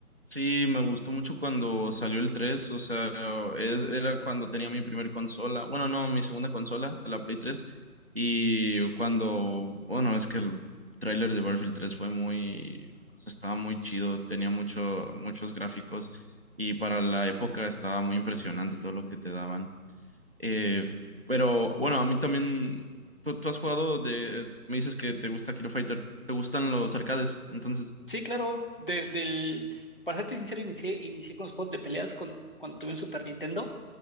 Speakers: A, on the right (about 45°); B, on the left (about 40°).
A: Sí, me gustó mucho cuando salió el 3, o sea, es- era cuando tenía mi primer consola, bueno, no, mi segunda consola, la Play 3, y cuando, bueno, es que el tráiler de Battlefield 3 fue muy, o sea, estaba muy chido, tenía mucho, muchos gráficos, y para la época estaba muy impresionante todo lo que te daban. Eh, pero, bueno, a mí también, tú, tú has jugado de, me dices que te gusta Kilo Fighter, ¿te gustan los arcades? Entonces...
B: Sí, claro. Desde el. Para serte sincero, inicié, inicié con los juegos de peleas con, cuando tuve un Super Nintendo,